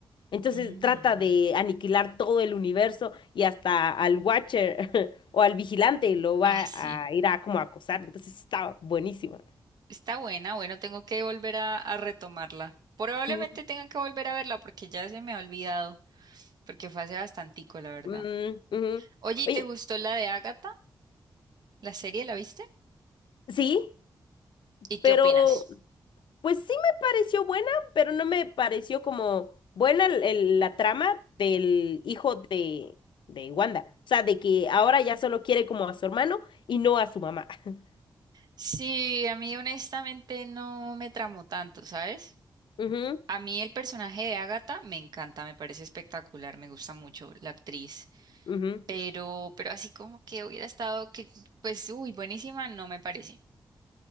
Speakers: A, on the left; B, on the right.
A: Entonces
B: Mm,
A: trata de aniquilar todo el universo y hasta al Watcher <laughs> o al vigilante lo va
B: Ah, sí.
A: a ir a como a acosar, entonces sí está buenísima.
B: Está buena, bueno, tengo que volver a, a retomarla. Probablemente
A: Mm,
B: tenga que volver a verla porque ya se me ha olvidado, porque fue hace bastantico, la verdad.
A: mm, ujú.
B: Oye, ¿y
A: Oye,
B: ¿te gustó la de Agatha, ¿La serie la viste?
A: sí.
B: ¿Y qué
A: Pero
B: opinas?
A: Pues sí me pareció buena, pero no me pareció como buena el- el- la trama del hijo de, de Wanda. O sea, de que ahora ya solo quiere como a su hermano y no a su mamá. <laughs>
B: Sí, a mí honestamente no me tramó tanto, ¿sabes?
A: Ujú,
B: A mí el personaje de Agatha me encanta, me parece espectacular, me gusta mucho la actriz,
A: ujú.
B: pero, pero así como que hubiera estado que, pues, uy, buenísima, no me parece.